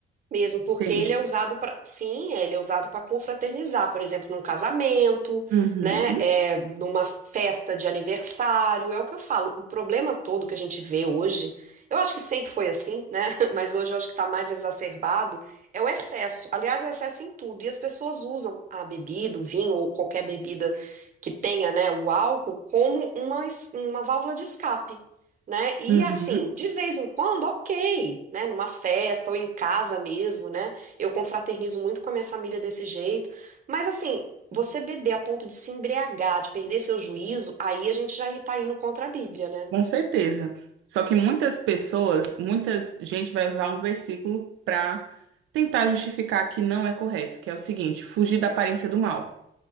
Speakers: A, on the right; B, on the right.
A: Mesmo porque
B: Entende?
A: ele é usado para, sim, ele é usado para confraternizar, por exemplo, num casamento,
B: Uhum,
A: né, é, numa festa de aniversário, é o que eu falo. O problema todo que a gente vê hoje, eu acho que sempre foi assim, né, <laughs> mas hoje eu acho que está mais exacerbado, é o excesso. Aliás, é o excesso em tudo. E as pessoas usam a bebida, o vinho ou qualquer bebida que tenha, né, o álcool como uma, es- uma válvula de escape né? E
B: uhum.
A: assim, de vez em quando, ok, né? Numa festa ou em casa mesmo, né? Eu confraternizo muito com a minha família desse jeito. Mas assim, você beber a ponto de se embriagar, de perder seu juízo, aí a gente já tá indo contra a Bíblia, né?
B: Com certeza. Só que muitas pessoas, muitas gente vai usar um versículo para tentar justificar que não é correto, que é o seguinte: fugir da aparência do mal.